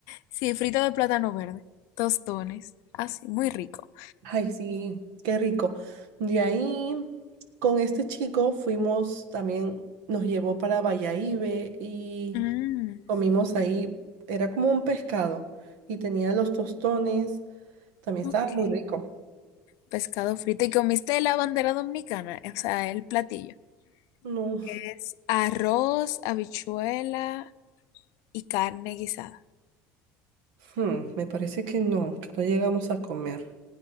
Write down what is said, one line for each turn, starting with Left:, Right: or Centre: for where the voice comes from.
Left: Sí, frito de plátano verde, tostones, así, muy rico.
Right: Ay, sí, qué rico. De ahí, con este chico fuimos también, nos llevó para Bayahíbe y
Left: Mm,
Right: comimos ahí. Era como un pescado y tenía los tostones. También
Left: ok,
Right: estaba muy rico.
Left: pescado frito. ¿Y comiste la bandera dominicana? O sea, el platillo.
Right: No,
Left: Es arroz, habichuela y carne guisada.
Right: hmm, me parece que no, que no llegamos a comer.